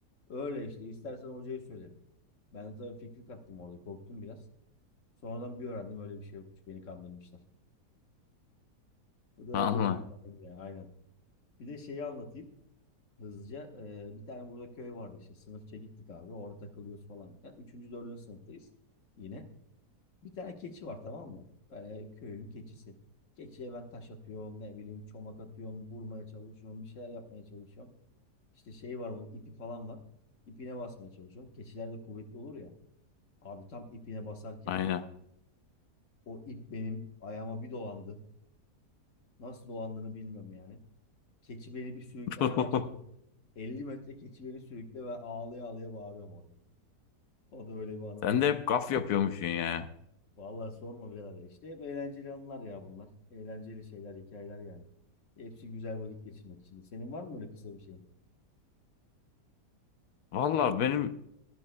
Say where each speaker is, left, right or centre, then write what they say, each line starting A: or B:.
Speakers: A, on the left; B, on the left.
A: Öyle işte istersen hocayı söylerim. Ben de tabii fikri kattım orada korktum biraz. Sonradan bir öğrendim öyle bir şey yokmuş beni kandırmışlar. Bu da öyle
B: Vallahi,
A: bir hikaye ya aynen. Bir de şeyi anlatayım. hızlıca. Ee, bir tane burada köy vardı işte sınıfça gittik abi orada takılıyoruz falan. Yani üçüncü dördüncü sınıftayız yine. Bir tane keçi var tamam mı? Ee, köyün keçisi. Keçiye ben taş atıyorum ne bileyim çomak atıyorum vurmaya çalışıyorum bir şeyler yapmaya çalışıyorum. İşte şey var bunun ipi falan var. İpine basmaya çalışıyorum. Keçiler de kuvvetli olur ya. Abi tam ipine basarken
B: Aynen.
A: o ip benim ayağıma bir dolandı. Nasıl dolandığını bilmiyorum yani. Keçi beni bir sürüklemeye
B: <laughs>
A: başladı. 50 metre keçi beni sürükle ve ağlaya ağlaya bağırıyorum orada. O da öyle bir anımdı
B: Sen
A: yani.
B: de hep gaf yapıyormuşsun
A: Var mı?
B: ya.
A: Vallahi sorma birader ya. İşte hep eğlenceli anılar ya bunlar. Eğlenceli şeyler, hikayeler yani. Hepsi güzel vakit geçirmek için. Senin var mı öyle kısa bir şeyin?
B: Valla benim